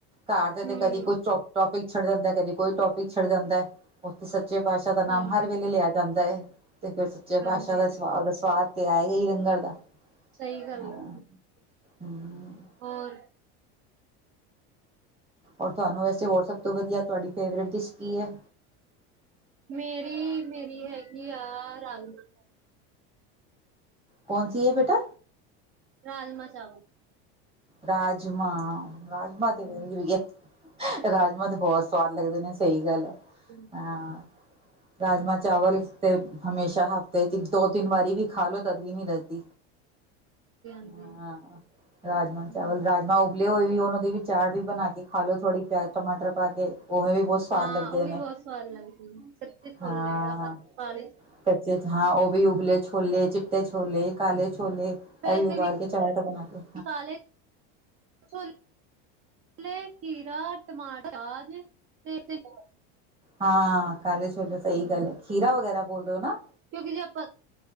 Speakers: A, on the right; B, on the right.
A: ਘਰ ਦੇ ਤੇ
B: ਹੂੰ
A: ਕਦੀ ਕੋਈ ਟੋਪਿਕ ਛਿੜ੍ਹ ਜਾਂਦਾ ਕਦੀ ਕੋਈ ਟੋਪਿਕ ਛਿੜ੍ਹ ਜਾਂਦਾ ਹੈ। ਉੱਥੇ ਸੱਚੇ ਪਾਤਸ਼ਾਹ ਦਾ ਨਾਮ
B: ਹਾਂਜੀ
A: ਹਰ ਵੇਲੇ ਲਿਆ ਜਾਂਦਾ ਹੈ ਤੇ ਫਿਰ ਸੱਚੇ ਪਾਤਸ਼ਾਹ
B: ਹਾਂਜੀ
A: ਦਾ ਸ ਸਵਾਦ ਤੇ ਆਏਗਾ ਹੀ ਲੰਗਰ ਦਾ
B: ਸਹੀ ਗੱਲ
A: ਹਾਂ
B: ਆ
A: <unintelligible>
B: ਹੋਰ।
A: ਔਰ ਤੁਹਾਨੂੰ ਵੈਸੇ ਹੋਰ ਸਭ ਤੋਂ ਵਧੀਆ ਤੁਹਾਡੀ ਫੇਵਰੇਟ ਡਿਸ਼ ਕੀ ਹੈ।
B: ਮੇਰੀ ਮੇਰੀ ਹੈਗੀ ਆ ਰਾਜਮਾ
A: ਕੌਣ ਸੀ ਹੈ ਬੇਟਾ?
B: ਰਾਜਮਾ ਚਾਵਲ।
A: ਰਾਜਮਾਂ ਰਾਜਮਾਂ ਤੇ <unintelligible>
B: ਹਮ,
A: ਰਾਜਮਾਂ ਤੇ ਬਹੁਤ ਸਵਾਦ ਲੱਗਦੇ ਨੇ ਸਹੀ ਗੱਲ ਹੈ
B: ਹਾਂਜੀ
A: ਅਹ ਰਾਜਮਾਂ
B: ਹਮ,
A: ਚਾਵਲ ਤੇ ਹਮੇਸ਼ਾ ਹਫ਼ਤੇ ਚ ਦੋ ਤਿੰਨ ਵਾਰੀ ਵੀ ਖਾ ਲੋ ਤਦ ਵੀ ਨ ਰੱਜ
B: ਹਾਂਜੀ
A: ਹਾਂ ਰਾਜਮਾ।
B: ਹੂੰ
A: ਰਾਜਮਾਂ ਉਬਲੇ ਹੋਏ ਵੀ ਉਹ ਦੀ ਵੀ ਚਾਟ ਵੀ ਬਣਾ ਕੇ ਖਾ ਲਿਓ ਥੋੜ੍ਹੀ ਪਿਆਜ ਟਮਾਟਰ ਪਾ ਕੇ ਉਵੇਂ ਵੀ ਬਹੁਤ ਸਵਾਦ
B: ਹਾਂ
A: ਲੱਗਦੇ
B: ਉਹ ਵੀ
A: ਨੇ
B: ਬਹੁਤ ਸਵਾਦ ਲੱਗਦੀ ਚਿੱਟੇ ਛੌਲੇ
A: ਹਾਂ
B: ਯਾ ਕਾਲੇ
A: ਕੱਚੇ ਚ ਹਾਂ ਉਹ ਵੀ ਉਬਲੇ ਛੋਲੇ, ਚਿੱਟੇ ਛੋਲੇ, ਕਾਲੇ ਛੋਲੇ ਇਹ
B: ਵੈਸੇ
A: ਹੀ ਉਬਾਲ
B: ਵੀ
A: ਕੇ ਚਾਟ ਬਣਾ ਲੋ
B: ਕਾਲੇ <unintelligible> ਪਲੇ ਖੀਰਾ ਟਮਾਟਰ <unintelligible>
A: ਹਾਂ ਕਾਲੇ ਛੋਲੇ ਸਹੀ
B: ਹੂੰ
A: ਗੱਲ ਹੈ ਖੀਰਾ ਵਗੈਰਾ ਬੋਲ ਰਹੇ ਹੋ ਨਾ।
B: ਕਿਉਂਕਿ ਜੇ ਆਪਾਂ